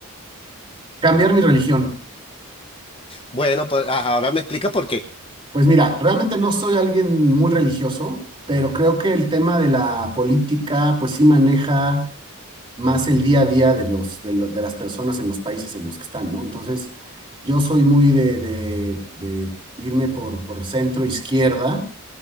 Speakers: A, on the right; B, on the left.
A: Cambiar mi religión.
B: Bueno, pues ajá, ahora me explicas por qué.
A: Pues mira, realmente no soy alguien muy religioso, pero creo que el tema de la política, pues sí maneja más el día a día de los, de lo- de las personas en los países en los que están, ¿no? Entonces, yo soy muy de, de- de irme por, por centro izquierda